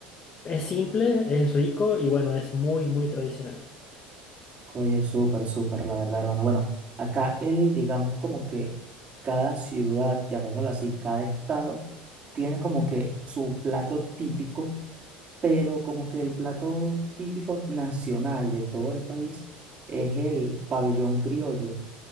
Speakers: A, on the left; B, on the right.
A: Es simple, es rico y bueno, es muy, muy tradicional.
B: Oye, súper, súper, la verdad, hermano. Bueno, acá él, digamos como que cada ciudad, llamémoslo así, cada estado, tiene como que su plato típico, pero como que el plato típico nacional de todo el país es el pabellón criollo,